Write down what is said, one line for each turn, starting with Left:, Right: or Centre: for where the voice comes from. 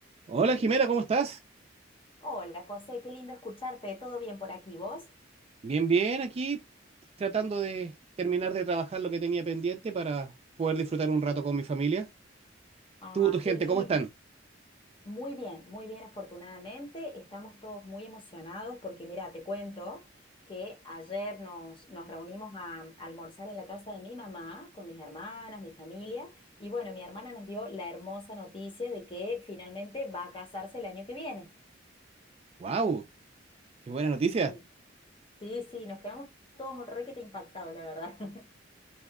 Right: Hola Jimena, ¿cómo estás?
Left: Hola José, qué lindo escucharte. ¿Todo bien por aquí vos?
Right: Bien, bien, aquí tratando de terminar de trabajar lo que tenía pendiente para poder disfrutar un rato con mi familia.
Left: Ah,
Right: Tú, tu gente,
Left: qué lindo.
Right: ¿cómo están?
Left: Muy bien, muy bien, afortunadamente. Estamos todos muy emocionados porque mira, te cuento que ayer nos, nos reunimos a, almorzar en la casa de mi mamá con mis hermanas, mi familia. Y bueno, mi hermana nos dio la hermosa noticia de que finalmente va a casarse el año que viene.
Right: ¡Wow! ¡Qué buena noticia!
Left: Sí, sí, sí, nos quedamos todos un requete impactados, la verdad. <laughs>